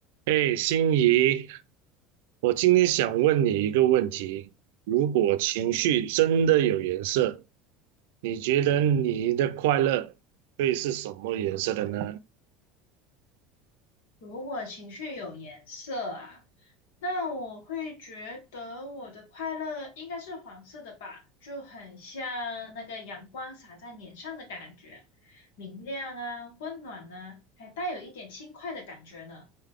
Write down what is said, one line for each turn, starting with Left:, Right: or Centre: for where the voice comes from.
Right: 哎，心仪，我今天想问你一个问题：如果情绪真的有颜色，你觉得你的快乐会是什么颜色的呢？
Left: 如果情绪有颜色啊，那我会觉得我的快乐应该是黄色的吧，就很像那个阳光洒在脸上的感觉，明亮啊，温暖啊，还带有一点轻快的感觉呢。